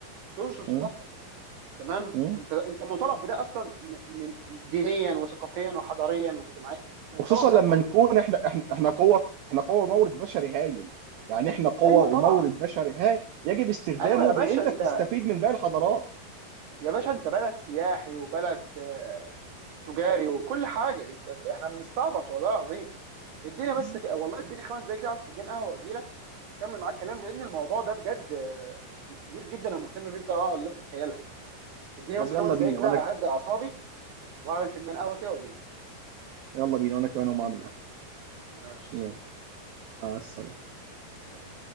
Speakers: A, on the right; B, on the right.
A: تنشر
B: م-
A: ثقافتك تمام
B: م.
A: انت انت مطالب بده اصلا م- من دينيا وثقافيا وحضاريا واجتماعيا
B: وخصوصا
A: مطالب بده
B: لما
A: بكل
B: نكون
A: الطرق
B: احنا احنا احنا قوه احنا قوه مورد بشري هايل يعني احنا قوه
A: ايوه
B: ومورد
A: طبعا
B: بشري هايل يجب استخدامه
A: ايوه يا باشا
B: بانك
A: انت
B: تستفيد من باقي الحضارات
A: يا باشا انت بلد سياحي وبلد آه، تجاري وكل حاجه انت احنا بنستعبط والله العظيم اديني بس
B: م.
A: ك... والله اديني خمس دقايق كده اعمل فنجان قهوه واجي لك اكمل معاك كلام لان الموضوع ده بجد آه، كبير جدا انا مهتم بيه بطريقه لا تتخيلها اديني
B: طب
A: بس خمس
B: يلا بينا
A: دقايق كده
B: وانا
A: اهدى اعصابي واعمل فنجان قهوه كده واجي لك
B: يلا بينا وانا كمان اقوم اعمل قهوة
A: ماشي يا
B: يلا
A: صديقي
B: مع السلامة
A: سلام.